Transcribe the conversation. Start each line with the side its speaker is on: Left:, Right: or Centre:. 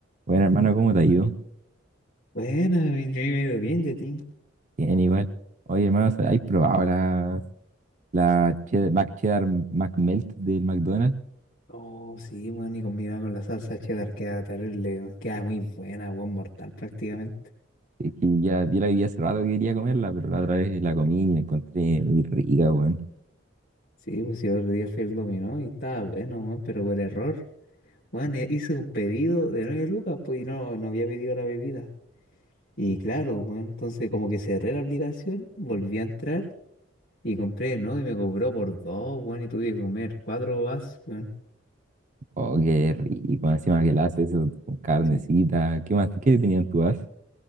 Right: Bueno, hermano, ¿cómo te ha ido?
Left: Bueno, mi- yo me he ido bien, Yatín.
Right: Bien, igual. Oye, hermano, ¿has probado la, la cheddar, Mac Cheddar McMelt del McDonald's?
Left: Oh, sí, bueno, y combinada con la salsa cheddar queda terrible, weón. queda muy buena, buen mortal prácticamente.
Right: Es que ya vi la vi hace rato que quería comerla, pero la otra vez la comí y la encontré muy rica, weón.
Left: Sí, pues si otro día fui al dominó y estaba bueno, weón, pero por error, weón, e- hice un pedido de 9 lucas, pues y no, no había pedido la bebida. Y claro, weón, entonces como que cerré la aplicación, volví a entrar y compré, ¿no? Y me cobró por dos, weón, y tuve que comer cuatro vasos, weón.
Right: Oh, qué rico. Encima que la hace eso con carnecita.
Left: Sí.
Right: ¿Qué más? ¿Qué tenían tú as?